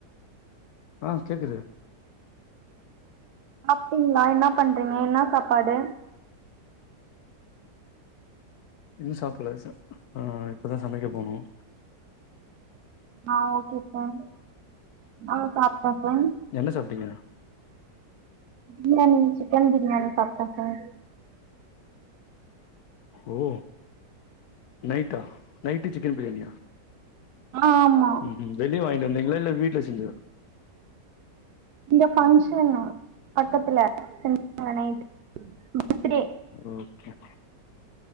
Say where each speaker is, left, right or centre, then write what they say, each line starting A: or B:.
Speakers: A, on the left (about 70°); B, on the right (about 70°).
A: ஆ கேக்குது
B: சாப்பிட்டீங்களா என்ன பண்றீங்க என்ன சாப்பாடு
A: இன்னு சாப்பிடல ச ஆ இப்பதா சமைக்க போனும்
B: ஆ ஓகே சார் அ சாப்டே சார்
A: என்ன சாப்ட்டீங்க
B: பிரியாணி சிக்கன் பிரியாணி சாப்டே சார்
A: ஓ நைட்டா நைட்டு சிக்கன் பிரியாணியா
B: ஆ ஆமா
A: ம் ம் வெளிய வாங்கிட்டு வந்தீங்களா இல்ல வீட்டுல செஞ்ச
B: இங்க பங்க்ஷனு பக்கத்துல நைட் பர்த்டே
A: ஓகே